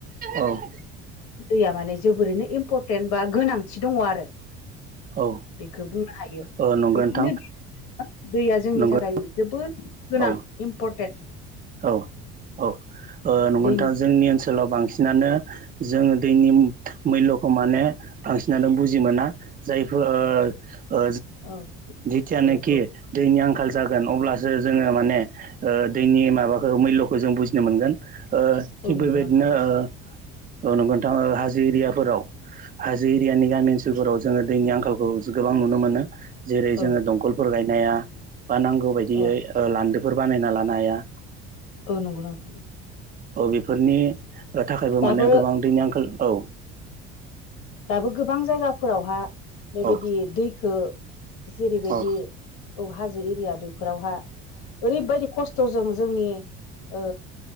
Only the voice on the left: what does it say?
दैया माने जोबोरैनो इम्परटेन्ट बा गोनां थि दङ आरो
बेखौ बुंनो हायो
बेखायनो
बे दैया जोंनि
थाखाय जोबोद गोनां
इम्परटेन्ट
दैनि
औ
औ
औ
औ
नंगौ
नोंथां औ
औ
औ
औ नोंगौ नोंथां।
दाबो
दाबो गोबां जायगाफोरावहा बेबायदि
दैखो जेरैबायदि
औ हाजो एरिया बेफोरावहा ओरैबायदि खस्थ'जों जोंनि ओ